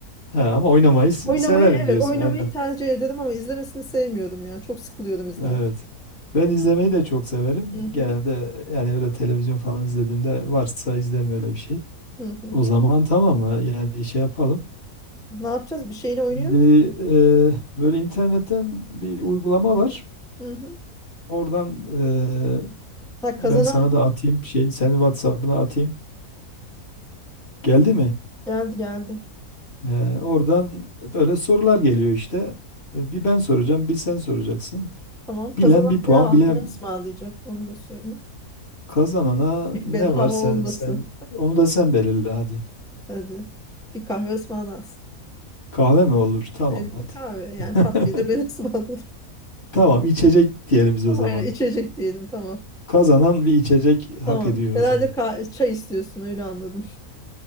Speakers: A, on the left (about 40°); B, in the centre.
A: Ha ama oynamayı s-
B: Oynamayı
A: severim
B: evet
A: diyorsun.
B: oynamayı
A: Yani,
B: tercih ederim ama izlemesini sevmiyorum ya. Çok sıkılıyorum izlerken.
A: evet. Ben izlemeyi de çok severim.
B: Hı
A: Genelde
B: hı,
A: yani öyle televizyon falan izlediğimde varsa izlerim öyle bir şey.
B: hı hı.
A: O zaman tamam ha, yani şey yapalım.
B: Ne yapacağız? Bir şeyini oynuyor
A: Şimdi
B: muyuz?
A: e, böyle internetten bir uygulama var.
B: Hı hı.
A: Oradan e,
B: Ha,
A: ben
B: kazanan
A: sana da atayım şeyin senin WhatsApp'ına atayım. Geldi mi?
B: geldi geldi.
A: E, oradan böyle sorular geliyor işte. E, Bir ben soracağım, bir sen soracaksın.
B: Tamam kazanan
A: Bilen bir puan,
B: ne, al-
A: bilen
B: ne ısmarlayacak onu da söyle.
A: Kazanana
B: <laughs>
A: ne
B: Bedava
A: var sen
B: olmasın.
A: sen onu da sen belirle hadi.
B: Hadi bir kahve ısmarlarsın.
A: Kahve mi olur? Tamam
B: E,
A: hadi.
B: kahve yani tatlıyı
A: <laughs>
B: da ben <laughs> ısmarladım.
A: Tamam içecek diyelim biz o
B: Aynen
A: zaman.
B: içecek diyelim tamam.
A: Kazanan bir içecek hak
B: Tamam.
A: ediyor
B: Herhalde
A: o zaman.
B: ka- çay istiyorsun öyle anladım.